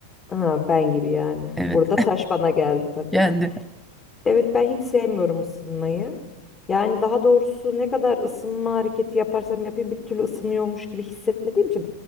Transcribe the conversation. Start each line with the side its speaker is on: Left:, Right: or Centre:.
Left: Ha, ben gibi yani.
Centre: Evet.
Left: Burada taş bana geldi tabii.
Centre: <laughs> Geldi.
Left: Evet ben hiç sevmiyorum ısınmayı. Yani daha doğrusu ne kadar ısınma hareketi yaparsam yapayım bir türlü ısınıyormuş gibi hissetmediğim için